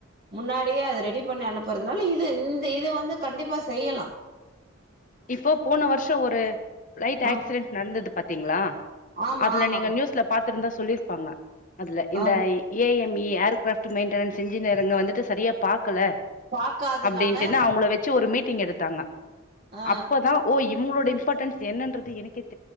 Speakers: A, on the right (about 40°); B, on the left (about 40°).
A: முன்னாடியே அது ரெடி பண்ணி அனுப்புறதுனால இது இந்த இது வந்து கண்டிப்பா செய்யலாம்
B: இப்போ போன வருஷம் ஒரு ஃபிலைட்
A: ஆ
B: ஆக்சிடென்ட் நடந்தது பாத்தீங்களா
A: ஆமா
B: அதுல
A: ஆமா
B: நீங்க நியூஸ்ல பாத் இருந்தா சொல்லியிருப்பாங்க அதுல
A: ஆ
B: இந்த ஏ எஃப் மி ஏர் கிராஃப்ட் மெயின்டன்ஸ்ன்ஜினியர்ங்க வந்துட்டு சரியா பாக்கல
A: பாக்காதனால
B: அப்டின்ட்டுன்னு அவங்கள வச்சு ஒரு மீட்டிங் எடுத்தாங்க
A: ஆ
B: அப்பதான் ஓ இப் உங்களோட இம்பார்ட்டன்ஸ் என்னன்றது எனக்கே தெ